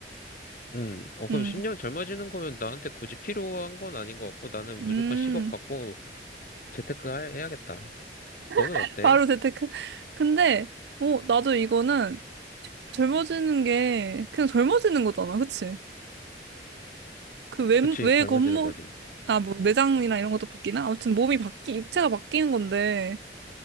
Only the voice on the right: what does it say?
음,
음.
<laughs>
바로 재테크. 근데, 어, 나도 이거는 젊어지는 게 그냥 젊어지는 거잖아, 그치? 그 외,
외
겉모,
아, 뭐 내장이나 이런 것도 바뀌나? 아무튼 몸이 바뀌, 육체가 바뀌는 건데,